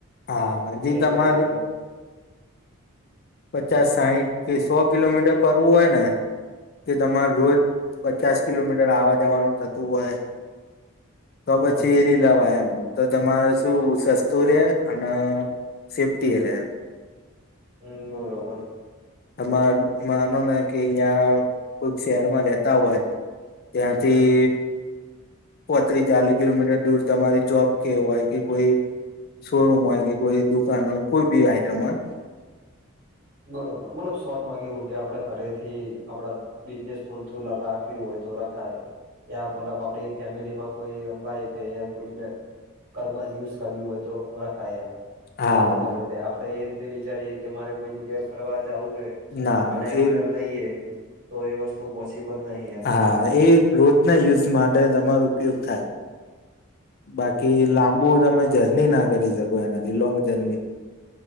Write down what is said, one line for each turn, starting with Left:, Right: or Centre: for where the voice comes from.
Left: હા, હજી
Right: ઇલેક્ટ્રિક
Left: ત હમાર
Right: સિટી હોય
Left: પચા સાઇટ <unintelligible> થી સો કિલોમીટર કરવું હોય ને, તે તમારે રોજ પચાસ કિલો મીટર આવવા જવાનું થતું હોય, તો
Right: હમ
Left: પછી લાવા એમ તો તમારે શું સસ્તું રે, અને સેફટી એરે?
Right: હ, બરોબર.
Left: હમાર માનો નઇ. કે યાં કોઈક શહેરમાં રેતા હોય ત્યાંથી.
Right: હમ
Left: પોત્રી ચાલી કિલોમીટર દૂર તમારી જોબ કે હોઈ કે કોઈ શોરૂમ હોય કે, કોઈ દુકાન હોય, કોઈ બી આઈટમ હોય.
Right: બરોબર, મતલબ શોટ માં કેવું કે, આપણે કરે થી આપડા બિદનેસ પૂરતુ લ રાખવી હોય તો રખાય. યા આપડી ફેમિલીમાં કોઈ <unintelligible> કરવી હોય, તોવા ખાયમ
Left: હા
Right: નોળમલ રીતે આપડે એ રીતે વિચારીએ કે મારે. કોઈ જગ્યાએ ફરવા જાવું હે,
Left: ના
Right: અને આપડે
Left: એ
Right: લઈએ તો એ વસ્તુ પોસિબલ નહી. એમ
Left: હા, એ રોજના યુસ માટે તમારે ઉપયોગ થાય. બાકી લાંબુ તમે જર્ની ના કરી શકો, એનાથી લોંગ જર્ની.